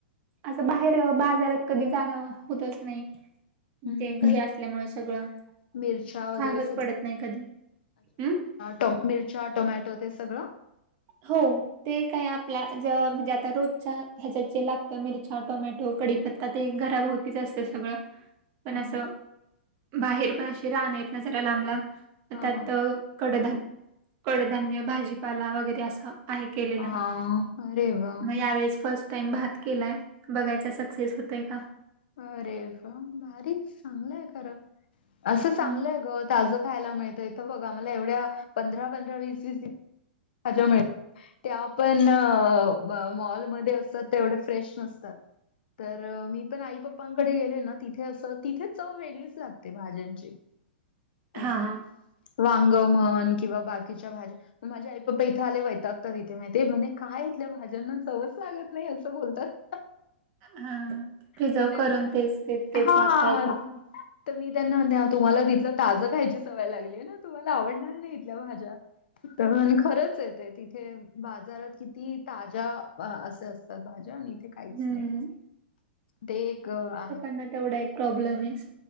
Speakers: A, on the right; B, on the left.
A: असं बाहेर बाजारात कधी जाणं होतच नाही
B: हम्म.
A: ते घरी असल्यामुळे सगळं,
B: मिरच्या वगैरे
A: भागच पडत नाही कधी, हम्म
B: ट मिरच्या, टोमॅटो ते सगळं?
A: हो ते काय आपल्या ज म्हणजे आता रोजच्या ह्याच्या जे लागतय मिरच्या, टोमॅटो, कडीपत्ता ते घरा भोवती असतय सगळ पण
B: हां
A: असं,
B: हां.
A: बाहेर पण अशी रानं आहेत ना जरा लांब लांब
B: हां
A: त्यात
B: हां.
A: कडधान कडधान्य, भाजीपाला वगैरे असं आहे केलेलं,
B: हां. अरे वाह!
A: मग
B: मस्त.
A: यावेेळेस फर्स्ट टाईम भात केलाय, बघायचा सक्सेस होतोय का?
B: अरे वा! भारीच, चांगलय खर. अस चांगलय
A: हम्म
B: ग ताज खायला मिळत, इथं बघ आम्हाला एवढ्या पंधरा-पंधरा, वीस-वीस दिवस ताज्या मिळत नाही. त्यापण अ मॉलमध्ये असतात त्या तेवढ्या फ्रेश नसतात. तर मी पण आई-पप्पांकडे गेले ना, तिथे असं, तिथे चव वेगळीच लागते भाज्यांची.
A: हा
B: अस
A: हा
B: वांग म्हन किंवा बाकीच्या भाज्या माझे आई-पप्पा इथ आले वैतागता इथे माहितेय ते म्हणे काय इथल्या भा भाज्यांना चवच लागत नाही असं बोलतात.
A: हा, प्रिझर्व
B: मी त्यांना
A: करून तेच ते तेच
B: हां.
A: वापरतात ना.
B: तर मी त्यांना म्हणते, आओ तुम्हाला तिथलं ताज खायची सवय लागली आहे ना, तुम्हाला आवडणार नाही इथ इथल्या भाज्या, आणि खरच ये ते तिथ थे बाजारात किती ताज्या असे असतात भाज्या आणि इथे काहीच
A: हम्म.
B: नाही, ते एक आहेत.
A: त्यांना तेवढं एक प्रॉब्लेम आहे अस